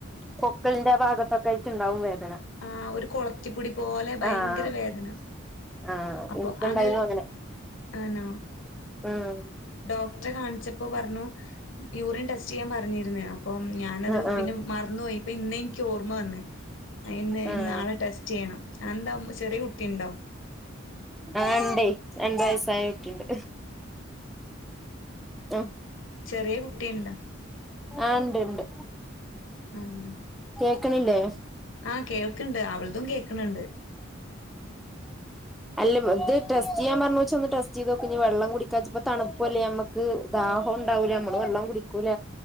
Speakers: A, in the centre; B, on the left (about 70°).
A: പൊക്കിളിന്റെ ഭാഗത്തൊക്ക ആയിട്ടുണ്ടാവും വേദ
B: ആഹ് ഒരു കൊളത്തിപ്പൊടി പോലെ ഭയങ്കര
A: ആഹ്
B: വേദന.
A: ആഹ്
B: അപ്പൊ
A: എനിക്കുണ്ടായിരുന്നു
B: അത്
A: അങ്ങനെ
B: ആനോ
A: ഉം
B: ഡോക്ടറെ കാണിച്ചപ്പോ പറഞ്ഞു യൂറിൻ ടെസ്റ്റ് ചെയ്യാൻ പറഞ്ഞിരുന്നോ. അപ്പം ഞാനത്
A: ആഹ് ആഹ്
B: പിന്നെ മറന്നു പോയി. ഇപ്പ ഇന്ന് എനിക്ക് ഓർമ്മ വന്നേ ഇന്ന്
A: ആഹ്
B: നാളെ ടെസ്റ്റ് ചെയ്യണം എന്താ ചെറിയ കുട്ടിയ ഉണ്ടോ?
A: ആ ഇണ്ടേ രണ്ട് വയസായകുട്ടിണ്ട്. ആഹ്
B: ചെറിയ കുട്ടിയണ്ടാ?
A: ആ ഇണ്ട് ഇണ്ട്.
B: ആഹ്
A: കേക്കണില്ലേ
B: ആ കേൾക്ണ്ട് അവളതും കേക്കണണ്ട്.
A: അല്ല ഇത് ടെസ്റ്റ് ചെയ്യാ പറഞ്ഞ വെച്ച ഒന്ന് ടെസ്റ്റ് ചെയ്ത് നോക്ക ഇ വെള്ളം കുടിക്കാച്ചപ്പ തണുപ്പൂല്ലേ ഞമക്ക് ദാഹോം ണ്ടാവൂല നമ്മള് വെള്ളം കുടിക്കൂല.